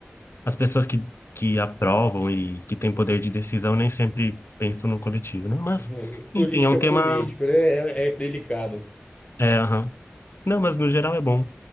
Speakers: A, on the left (about 70°); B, on the left (about 30°).
A: as pessoas que, que aprovam e que têm poder de decisão nem sempre pensam no coletivo, né? Mas,
B: aham. Política
A: enfim, é um
B: é
A: tema
B: político, né? É, é delicado.
A: É, aham. Não, mas no geral é bom.